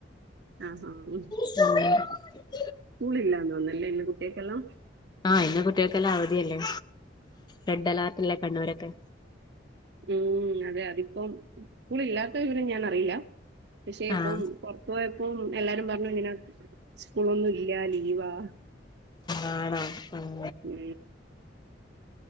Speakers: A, on the right (about 65°); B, on the left (about 25°).
A: ആഹ് ആഹ് ഉം
B: <unintelligible>
A: സ്കൂളില്ലാന്ന് തോന്നല്ലേ ഇന്ന് കുട്ടികക്കെല്ലാം
B: ആഹ് ഇന്ന് കുട്ടികൾക്കെല്ലാം അവധിയല്ലേ റെഡ് അലേർട്ടല്ലേ കണ്ണൂരൊക്കെ
A: ഉം അതെ അതിപ്പം സ്കൂള് ഇല്ലാത്ത വിവരം ഞാൻ അറിയില്ല പക്ഷെ ഇപ്പം
B: ആഹ്
A: പൊറത് പോയപ്പം എല്ലാരും പറഞ്ഞു ഇങ്ങന സ്കൂളൊന്നും ഇല്ല ലീവാ
B: ആണോ ആഹ്
A: ഉം